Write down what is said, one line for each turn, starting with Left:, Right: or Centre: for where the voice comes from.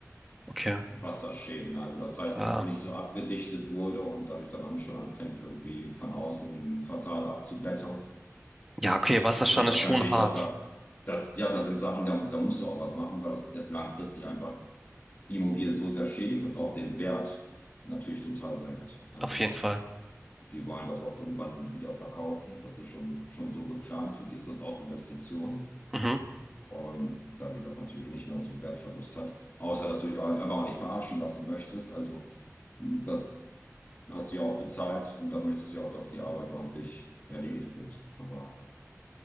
Centre: Okay.
Left: Wasserschäden. Also das heißt,
Centre: Ah.
Left: dass nicht so abgedichtet wurde und dadurch dann an- schon anfängt, irgendwie von außen Fassade abzublättern.
Centre: Ja, okay, Wasserschaden
Left: Und das
Centre: ist schon
Left: natürlich,
Centre: hart.
Left: das darf, das, ja, das sind Sachen, da, da musst du auch was machen, weil das langfristig einfach die Immobilie so sehr schädigt und auch den Wert natürlich total senkt. Also
Centre: Auf jeden Fall.
Left: die wollen das auch irgendwann wieder verkaufen. Das ist schon, schon so geplant. Für die ist das auch Investition.
Centre: Mhm.
Left: Und da geht das natürlich nicht, wenn das so einen Wertverlust hat. Außer, dass du dich halt einfach auch nicht verarschen lassen möchtest. Also das, Du hast sie auch bezahlt und dann möchtest du ja auch, dass die Arbeit ordentlich erledigt wird. Aber